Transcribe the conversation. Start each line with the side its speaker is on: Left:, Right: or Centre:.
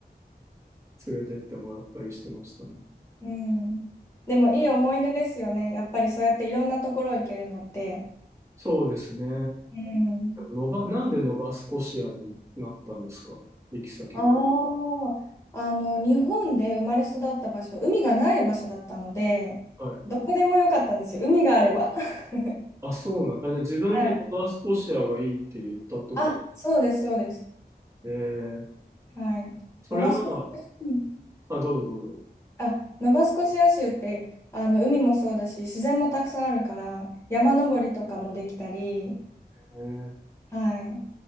Right: 連れてってもらったりしてましたね。
Left: うん。でも、いい思い出ですよね。やっぱりそうやっていろんなところ行けるのって。
Right: そうですね。
Left: うん。
Right: のば、なんでノバスコシアになったんですか行き先が。
Left: ああ、あの、日本で生まれ育った場所、海がない場所だったので、
Right: はい。
Left: どこでもよかったんですよ、海があれば。<laughs>
Right: あ、そうなん。あ、じゃあ自分でノバスコシアがいいって言ったってことですか
Left: はい。あ、そうです、そうです。
Right: えー、
Left: はい。
Right: それは、
Left: ノバスコシア州、うん
Right: あ、どうぞどうぞ。
Left: あ、ノバスコシア州って、あの、海もそうだし、自然もたくさんあるから、山登りとかもできたり、
Right: えー、
Left: はい。